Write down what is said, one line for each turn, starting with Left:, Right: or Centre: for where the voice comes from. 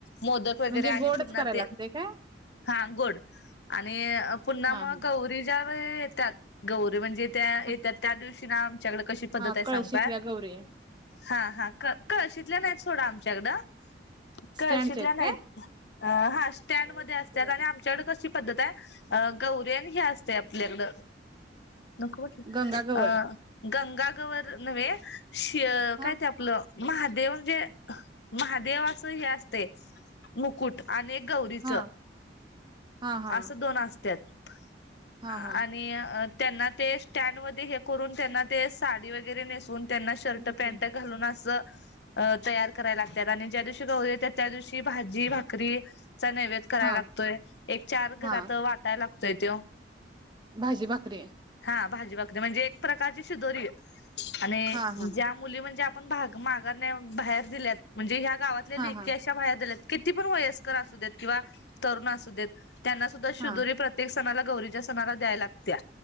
Left: मोदक वगैरे
Right: म्हणजे
Left: आणि
Right: गोडच
Left: पुन्हा
Right: करायला
Left: ते
Right: लागतय काय
Left: हा गोड आणि पुन्हा
Right: हा
Left: मग
Right: हा
Left: गौरी ज्या वेळ येतात गौरी म्हणजे त्या
Right: हा
Left: येत त्या दिवशी ना आच्याकड कशी पद्धत
Right: हा
Left: आहे
Right: कळशीतल्या
Left: सांगू काय?
Right: गौरी
Left: हा हा क कळशीतल्या नाहीत सोडा आमच्याकडं कळशीतल्या
Right: स्टँडच्या आहेत
Left: नाही अ हा स्टँड
Right: काय
Left: मध्ये असत्यात आणि आमच्याकड कशी पद्धत आहे गौरी आणि हे असतय आपल्याकड नको म्हटलं
Right: गंगागवर
Left: अ गंगागवर न्हवे शि
Right: हा
Left: काय ते आपलं महादेव म्हणजे महादेवाच हे असते मुकुट अनेक गौरीच
Right: हा हा हा
Left: असं दोन असतात.
Right: हा
Left: आणि
Right: हा
Left: त्यांना ते स्टँड मध्ये हे करून त्यांना ते साडी वगैरे नेसून. त्यांना शर्ट
Right: नेसून?
Left: पॅन्ट घालून असं अ तयार करायला लागतात. आणि ज्या दिवशी गौरी येतात त्या दिवशी भाजी, भाकरी. चा नैवेद करायला
Right: हा
Left: लागतोय. एक चार घरात
Right: हा
Left: वाटायला लागतोय तो.
Right: भाजी, भाकरी?
Left: हा भाजी, भाकरी म्हणजे एक प्रकारची शिदोरी आहे. आणि
Right: हा हा
Left: ज्या मुली म्हणजे आपल्या णग मागा बाहेर दिल्यात म्हणजे ह्या गावातले
Right: हा
Left: लेखी
Right: हा
Left: अशा बाहेर दिल्यात. किती पण वयस्कर असू देत किंवा तरुण असू द त्यांना सुद्धा शुदुरी
Right: हा
Left: प्रत्ये सणाला गौरीच्या सणाला द्याय लागत्या.